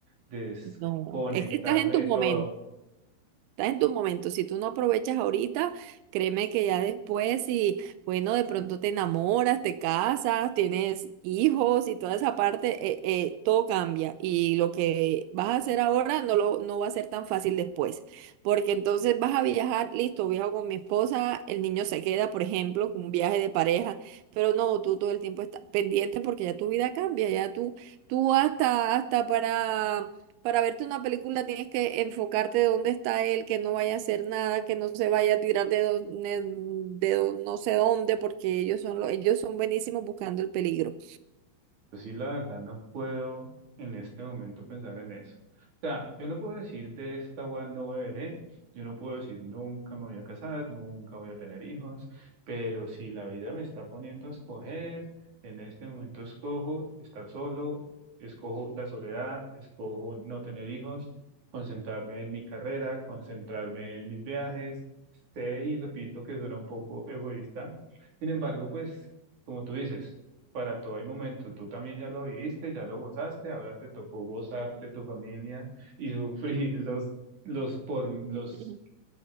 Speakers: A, on the right; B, on the right.
A: desconectarme
B: No, es que estás en tu
A: de
B: momento,
A: todo.
B: estás en tu momento. Si tú no aprovechas ahorita, créeme que ya después, si, bueno, de pronto te enamoras, te casas, tienes hijos y toda esa parte, eh, eh, todo cambia. Y lo que vas a hacer ahora no lo, no va a ser tan fácil después. Porque entonces vas a viajar, listo, viajo con mi esposa, el niño se queda, por ejemplo, con un viaje de pareja, pero no, tú todo el tiempo estás pendiente porque ya tu vida cambia, ya tú, tú hasta, hasta para para verte una película tienes que enfocarte dónde está él, que no vaya a hacer nada, que no se vaya a tirar de, do- ne- de do- no sé dónde, porque ellos son lo- ellos son buenísimos buscando el peligro.
A: Yo sí, la verdad, no puedo en este momento pensar en eso. O sea, yo no puedo decir de esta agua no beberé, yo no puedo decir nunca me voy a casar, nunca voy a tener hijos, pero si la vida me está poniendo a escoger, en este momento escojo estar solo, escojo la soledad, escojo no tener hijos, concentrarme en mi carrera, concentrarme en mis viajes. Sé y repito que suena un poco egoísta, sin embargo, pues como tú dices para todo hay momento. Tú también ya lo viviste, ya lo gozaste, ahora te tocó gozarte tu familia y sufrir los, los por los
B: <laughs>